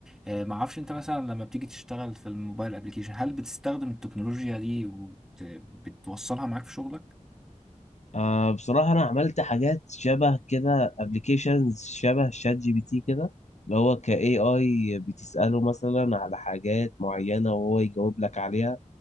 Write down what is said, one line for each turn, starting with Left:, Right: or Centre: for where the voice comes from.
Centre: آه، ما اعرفش انت مثلا لما بتيجي تشتغل في الموبايل ابليكيشن هل بتستخدم التكنولوجيا دي وبتوصلها معاك في شغلك
Left: آه بصراحه انا عملت حاجات شبه كده ابلكيشنز شبه شات جي بي تي كده اللي هو كاي اي بتساله مثلا على حاجات معينه وهو يجاوب لك عليها